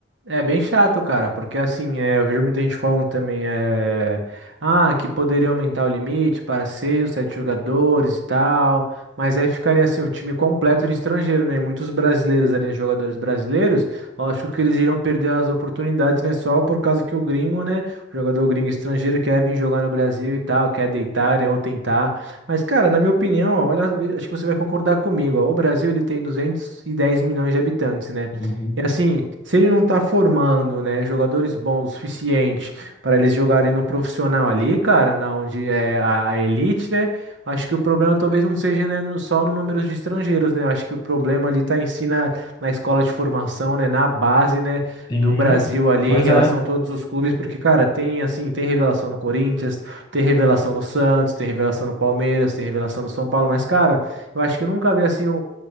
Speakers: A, on the right; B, on the left.
A: É bem chato, cara, porque assim, é, eu vejo muita gente falando também, é, ah, que poderia aumentar o limite para seis ou sete jogadores e tal, mas aí ficaria assim, um time completo de estrangeiro, né? Muitos brasileiros ali, né, jogadores brasileiros, eu acho que eles iriam perder as oportunidades, né? Só por causa que o gringo, né? O jogador gringo estrangeiro quer vir jogar no Brasil e tal, quer deitar, né? Ou tentar. Mas, cara, na minha opinião, ó, olha, acho que você vai concordar comigo, ó, o Brasil ele tem 210 milhões de habitantes, né?
B: Uhum.
A: E assim, se ele não tá formando, né, jogadores bons o suficiente para eles jogarem no profissional ali, cara, na onde é a a elite, né? Acho que o problema talvez não seja, né, no- só no número de estrangeiros, né? eu Acho que o problema ali tá em si na, na escola de formação, né, na base, né,
B: Sim,
A: do Brasil ali
B: pois
A: em relação
B: é.
A: a todos os clubes, porque, cara, tem assim, tem revelação no Corinthians, tem revelação no Santos, tem revelação no Palmeiras, tem revelação no São Paulo, mas, cara, eu acho que eu nunca vi assim um